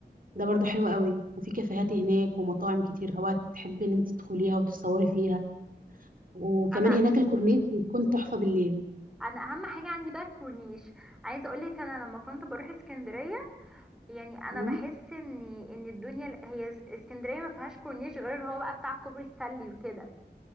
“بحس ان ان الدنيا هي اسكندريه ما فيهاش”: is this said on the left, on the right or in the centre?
Centre